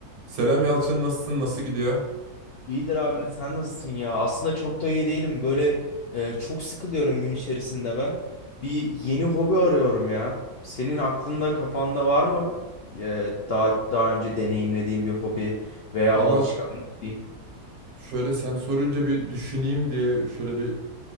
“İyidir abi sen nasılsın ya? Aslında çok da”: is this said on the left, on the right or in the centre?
Left